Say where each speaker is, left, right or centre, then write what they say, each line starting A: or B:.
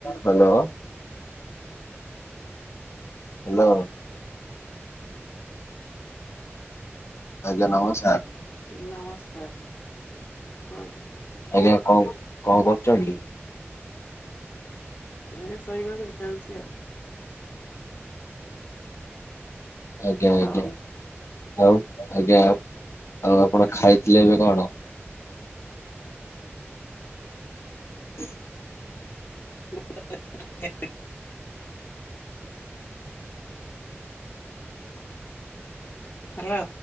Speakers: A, on the left; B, on the left.
A: Hello. Hello. ଆଜ୍ଞା ନମସ୍କାର।
B: ନମସ୍କାର କୁହନ୍ତୁ।
A: ଆଜ୍ଞା କଣ କ କଣ କରୁଚନ୍ତି କି?
B: ଏଇ ଶୋଇବାକୁ ଯାଉଚି ଆ।
A: ଆଜ୍ଞା
B: ହଉ
A: ଆଜ୍ଞା ଆଉ ଆଜ୍ଞା
B: ହଁ
A: ଆଉ ଆଉ ଆପଣ ଖାଇଥିଲେ ଏବେ କଣ? ହ
B: <inaudible> ହାଲୋ।